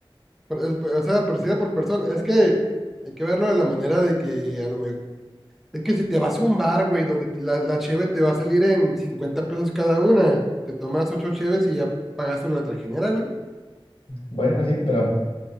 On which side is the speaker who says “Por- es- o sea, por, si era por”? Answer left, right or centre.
Centre